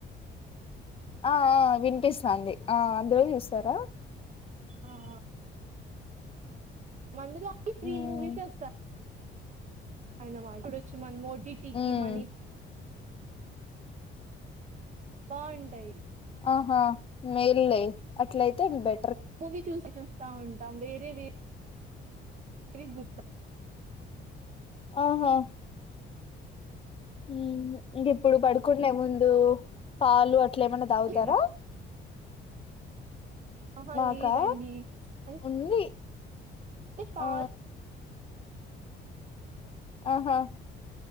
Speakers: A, on the left; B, on the right.
A: ఆ ఆ వినిపిస్తాంది ఆ అందులో చూసారా
B: ఆ అ మందులోగే ఫ్రీ
A: హ్మ్
B: మూవీసోస్తా అయ్నమ ఇప్పుడోచ్చి మనమోటిటికి
A: హ్మ్
B: మనీ బాగుంటాయి
A: ఆహా మేల్లే అట్లైతే బె
B: మూవి చూసి చూస్తా ఉంటాం వేరేవే రిగు
A: ఆహా ఉహ్ ఇంగిప్పుడు పడుకునే ముందు పాలు అట్ల ఏమన్నా తాగుతారా
B: లేదా ఆహా
A: మాకా
B: లేదండి అ
A: ఉంది
B: అంటే పా
A: ఆ ఆహా